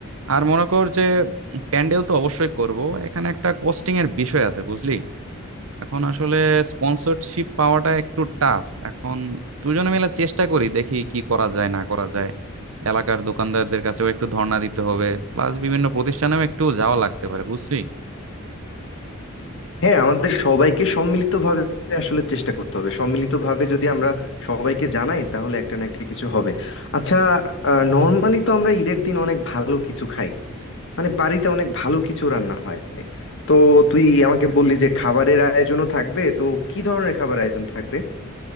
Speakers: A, on the right (about 75°); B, on the left (about 65°).
A: আর মনে কর যে প্যান্ডেল তো অবশ্যই করব এখানে একটা কস্টিং এর বিষয় আছে বুঝলি এখন আসলে স্পন্সরশিপ পাওয়াটা একটু টাফ এখন দুজনে মিলে চেষ্টা করি দেখি কি করা যায় না করা যায় এলাকার দোকানদারদের কাছেও একটু ধর্ণা দিতে হবে প্লাস বিভিন্ন প্রতিষ্ঠানেও একটু যাওয়া লাগতে পারে বুঝলি
B: হ্যাঁ আমাদের সবাইকে সম্মিলিতভাবে আসলে চেষ্টা করতে হবে সম্মিলিতভাবে যদি আমরা সবাইকে জানাই তাহলে একটা না একটা কিছু হবে আচ্ছা নর্মালি তো আমরা ঈদের দিন অনেক ভালো কিছু খাই মানে বাড়িতে অনেক ভালো কিছু রান্না হয় তো তুই আমাকে বললি যে খাবারের আয়োজনও থাকবে তো কি ধরনের খাবার আয়োজন থাকবে